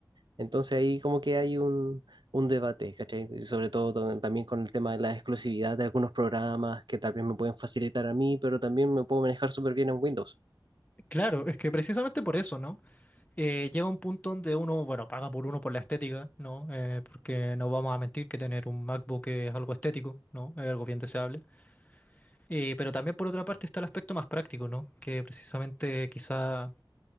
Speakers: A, on the right (about 65°); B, on the left (about 20°).
A: Entonces ahí como que hay un, un debate, ¿cachai? Y sobre todo to- también con el tema de la exclusividad de algunos programas que tal vez me pueden facilitar a mí, pero también me puedo manejar súper bien en Windows.
B: Claro, es que precisamente por eso, ¿no? Eh, llega un punto donde uno, bueno, paga por uno por la estética, ¿no? Eh, porque no vamos a mentir que tener un MacBook es algo estético, ¿no? Es algo bien deseable. Eh, pero también por otra parte está el aspecto más práctico, ¿no? Que precisamente quizá